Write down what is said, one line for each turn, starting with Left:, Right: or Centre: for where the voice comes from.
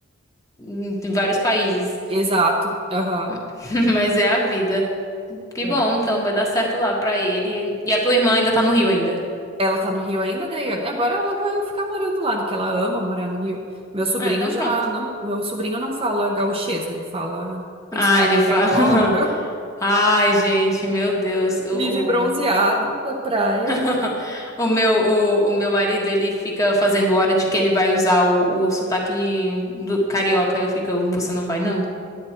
Left: em vários países.
Right: Exato, aham.
Left: <laughs> Mas é a vida. Que
Right: É.
Left: bom, então vai dar certo lá pra ele. E a tua irmã ainda tá no Rio ainda.
Right: Ela tá no Rio ainda, daí agora ela vai ficar morando lá, né, porque ela ama morar no Rio. Meu sobrinho
Left: Ah, então
Right: já
Left: pronto.
Right: não, meu sobrinho não fala gauchês, né? Ele fala, tem
Left: Ah,
Right: sotaque
Left: ele fala.
Right: carioca.
Left: <laughs> Ai, gente, meu Deus. O,
Right: Vive bronzeado
Left: o,
Right: da praia.
Left: <laughs> o meu, o, o meu marido, ele fica fazendo hora de que ele vai usar o, o sotaque do carioca. Eu fico, você não vai, não?